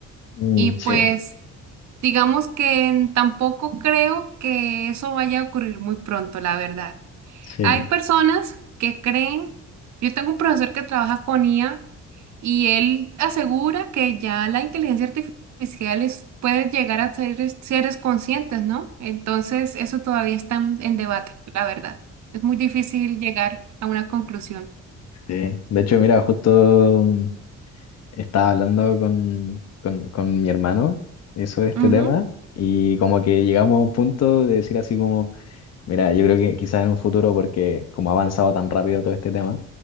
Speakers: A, on the left; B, on the right.
A: Mm,
B: Y pues,
A: sí,
B: digamos que tampoco creo que eso vaya a ocurrir muy pronto, la verdad.
A: sí.
B: Hay personas que creen, yo tengo un profesor que trabaja con IA y él asegura que ya la inteligencia artificial es- puede llegar a ser es- seres conscientes, ¿no? Entonces, eso todavía está en, en debate, la verdad. Es muy difícil llegar a una conclusión.
A: Sí. De hecho, mira, justo mm, estaba hablando con, con, con mi hermano eh, sobre este
B: Ujú.
A: tema y como que llegamos a un punto de decir así como, mira, yo creo que quizás en un futuro, porque como ha avanzado tan rápido todo este tema,